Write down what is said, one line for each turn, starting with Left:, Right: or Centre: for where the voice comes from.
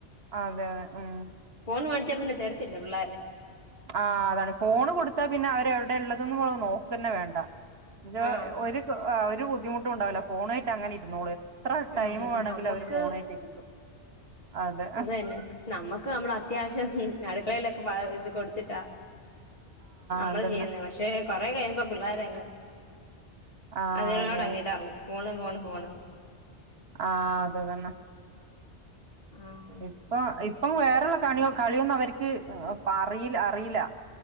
Right: അതെ അതെ ഉം
Left: ഫോൺ മേടിച്ചാ പിന്നെ തരത്തില്ല പിള്ളേര്.
Right: ആഹ് അതാണ് ഫോണ് കൊടുത്താ പിന്നെ അവര് എവിടെള്ളതൊന് നോക്കന്നെ വേണ്ട രൊ
Left: ആഹ്
Right: ഒരു ആഹ ഒരു ബുദ്ധിമുട്ടും ഉണ്ടാവില്ല ഫോണേട്ട് അങ്ങനെ ഇര്ന്നോള്. എത്ര ടൈം
Left: ആഹ് പിന്നെ
Right: വേണങ്കിലും
Left: നമ്മക്ക്
Right: അവര് ഫോണേട്ട് ഇരിക്കും അതെ.
Left: അത് തന്നെ നമ്മക്ക് നമ്മള് അത്യാവശ്യം അടുക്കളലൊക്കെ പ ഇത് കൊടുത്തിട്ടാ. അമ്മള്
Right: അതന്നെ
Left: ചെയ്യുന്നേ പക്ഷെ കൊറെ കയ്യുമ്പോ പിള്ളേരങ്ങ്.
Right: ആഹ്
Left: അതിനോടങ്
Right: അതെ
Left: ഇതാവും ഫോണ് ഫോണ് ഫോണ്.
Right: ആഹ് അതതന്നെ.
Left: ആഹ്
Right: ഇപ്പ ഇപ്പം വേറള്ള കണി കളിയൊന്നും അവർക്ക് അറിയിൽ അറിയില്ല.